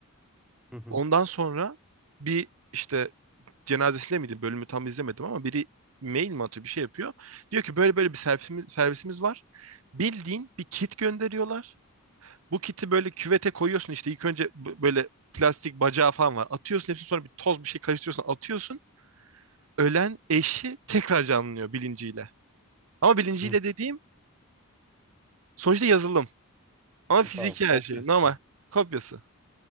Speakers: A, in the centre; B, on the right (about 70°).
A: Hı hı.
B: Ondan sonra bir işte cenazesinde miydi? Bölümü tam izlemedim ama biri mail mi atıyor bir şey yapıyor. Diyor ki böyle böyle bir servisimiz, servisimiz var. Bildiğin bir kit gönderiyorlar. Bu kiti böyle küvete koyuyorsun işte ilk önce b- böyle plastik bacağı falan var. Atıyorsun hepsini sonra bir toz bir şey karıştırıyorsun atıyorsun. Ölen eşi tekrar canlanıyor bilinciyle. Ama bilinciyle
A: hı.
B: dediğim sonuçta yazılım. Ama fiziki
A: Tamam.
B: her
A: Kopyası.
B: şey. Normal.
A: yani.
B: Kopyası.